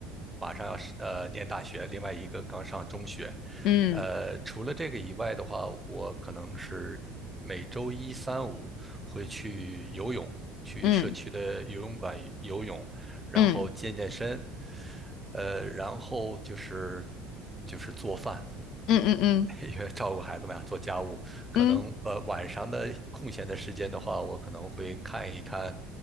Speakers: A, in the centre; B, on the left.
A: 马上要是呃念大学，另外一个刚上中学，
B: 嗯
A: 呃，除了这个以外的话，我可能是每周一、三、五会去游泳，去社区的游泳馆游泳，
B: 嗯
A: 然后健健身，
B: 嗯
A: 呃，然后就是做饭。
B: 嗯嗯嗯
A: 因为照顾孩子们呀，做家务，可能呃晚上的空闲的时间的话，
B: 嗯
A: 我可能会看一看，